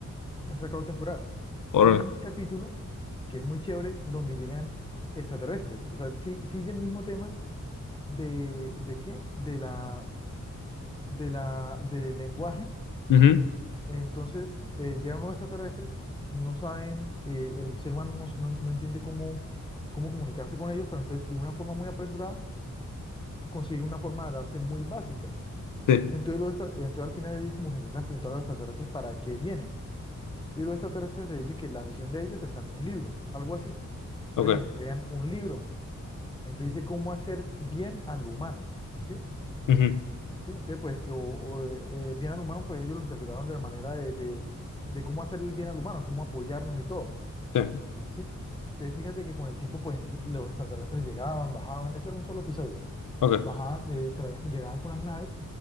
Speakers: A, on the left; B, on the left.
A: han sacado temporadas.
B: por...
A: Hay un capítulo que es muy chévere donde llegan extraterrestres, o sea, sí- sigue el mismo tema de, ¿de qué? De la, de la, del lenguaje
B: Ujú,
A: Entonces, eh, llegan unos extraterrestres, no saben, eh, el ser humano no, no- no entiende cómo, cómo comunicarse con ellos, pero entonces de una forma muy apresurada consiguen una forma de darse muy básica.
B: Sí,
A: Entonces, los extra- entonces al final ellos como que intentan preguntar a los extraterrestres para qué vienen. Y los extraterrestres le dicen que la misión de ellos está en un libro, algo así. Entonces
B: ok.
A: les entregan un libro. Entonces dice cómo hacer bien al humano, ¿sí?
B: ujú,
A: Sí, entonces pues que o- o, eh, eh, bien al humano, pues ellos lo interpretaban de la manera de, de, de cómo hacer el bien al humano, cómo apoyarnos y todo,
B: Sí,
A: ¿sí? Entonces fíjate que con el tiempo pues los extraterrestres llegaban, bajaban, eso era un solo episodio,
B: ok.
A: bajaban, eh, traían- llegaban con las naves